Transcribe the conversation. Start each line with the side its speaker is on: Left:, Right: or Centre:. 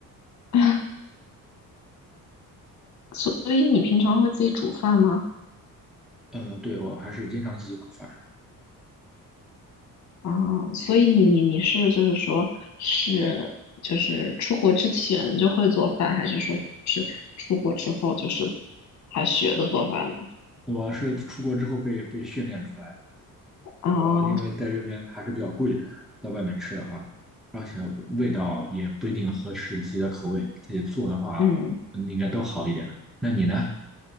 Left: <laughs> 所以你平常会自己煮饭吗？
Centre: 嗯，对，我还是经常自己煮饭。
Left: 啊，所以你你你是就是说是就是出国之前就会做饭，还是说是出国之后就是还学的做饭呢？
Centre: 我是出国之后被被训练出来的。
Left: 啊，
Centre: 我因为在这边还是比较贵的，在外面吃的话，而且味道也不一定合适自己的口味。自己做的话，
Left: 嗯。
Centre: 嗯应该都好一点。那你呢？